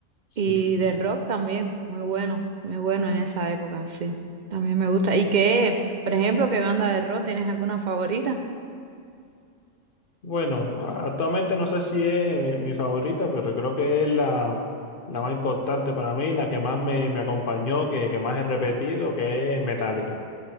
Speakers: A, on the left; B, on the right.
A: Sí,
B: y
A: sí,
B: de
A: sí.
B: rock también, muy bueno, muy bueno en esa época, sí, también me gusta. ¿Y qué, por ejemplo, qué banda de rock tienes alguna favorita?
A: Bueno, a- actualmente no sé si es mi, mi favorita, pero creo que es la, la más importante para mí, la que más me, me acompañó, que, que más he repetido, que es Metallica.